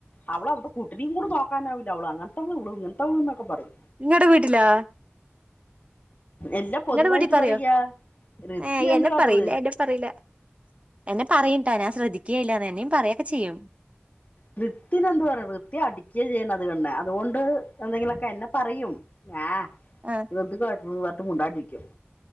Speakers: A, on the left; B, on the right.
A: അവള അവിത്തെ കുട്ടിയും കൂടി നോക്കാനാവില്ല അവള് ഹേ അവളവളുടെ കുട്ടിനെ കുടി നോക്കാതെഅങ്ങനത്തെവളഇങ്ങനത്തെ അവളൂ എന്നൊക്കെ പറയും-
B: നിങ്ങടെ വീട്ടിലാ-
A: എല്ലാം
B: നിങ്ങടെ
A: പൊതുവായിട്ട്
B: വീട്ടിൽ പറയോ
A: പറയാ ഋത്തി
B: ഏ
A: എന്ത്
B: എന്നെ
A: കാട്ടറ്
B: പറയില്ല എന്നെ പറയില്ല- എന്നെ പറയുംട്ടോഞാൻ ശ്രദ്ധിക്കുകയില്ലഎന്നി ' പറയുകൊക്കെ ചെയ്യും-
A: വൃത്തിന് എന്പറയ ണ വൃത്തിയെ അടിക്കിയ ചെയ്യണം- എന്ന്അതുകൊണ്ട് എന്തെങ്കിലൊക്കെ എന്നെ പറയും ആഹ്
B: ആഹ്
A: എന്ത് ക്- ളം എത്തും മുണ്ടാട്ടിരിക്കും-